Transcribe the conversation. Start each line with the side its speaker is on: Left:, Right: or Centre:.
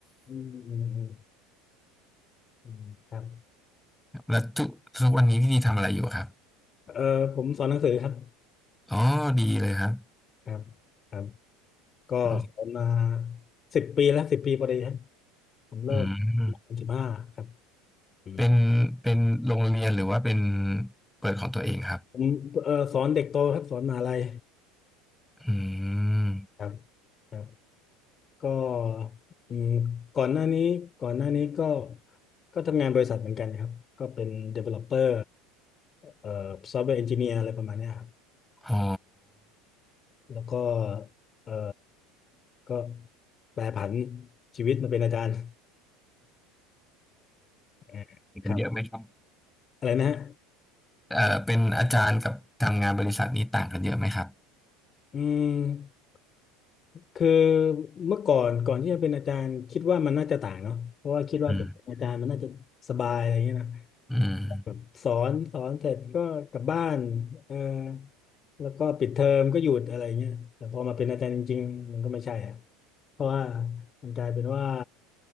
Left: อืมอืมอืมอืมครับ
Centre: แล้วทุกทุกวันนี้พี่ดีทำอะไรอยู่ครับ
Left: เอ่อผมสอนหนังสือครับ
Centre: อ๋อดีเลยครับ
Left: ครับครับก็สอนมา
Centre: อ๋อ
Left: สิบปีแล้วสิบปีพอดีครับ ผมเลิกสองพันสิบห้าครับ
Centre: อืม
Left: อืม
Centre: เป็นเป็นโรงเรียนหรือว่าเป็นเปิดของตัวเองครับ
Left: ผมเอ่อสอนเด็กโตครับสอนมหาลัย
Centre: อืม
Left: ครับครับก็อืมก่อนหน้านี้ก่อนหน้านี้ก็ก็ทำงานบริษัทเหมือนกันครับก็เป็น developer เอ่อ software engineer อะไรประมาณเนี้ยครับ
Centre: อ๋อ
Left: แล้วก็เอ่อก็แปรผันชีวิตมาเป็นอาจารย์อ่าครับ
Centre: มีกันเยอะไหมครับ
Left: อะไรนะฮะ
Centre: เอ่อเป็นอาจารย์กับทำงานบริษัทนี้ต่างกันเยอะไหมครับ
Left: อืม คือเมื่อก่อนก่อนที่จะเป็นอาจารย์คิดว่ามันน่าจะต่างเนาะเพราะว่าคิดว่าแบบเป็นอาจารย์มันน่าจะสบายอะไรอย่างเงี้ยนะ
Centre: อืม อืม
Left: แบบสอนสอนเสร็จก็กลับบ้านเออแล้วก็ปิดเทอมก็หยุดอะไรเงี้ยแต่พอมาเป็นอาจารย์จริงๆมันก็ไม่ใช่อะเพราะว่ามันกลายเป็นว่า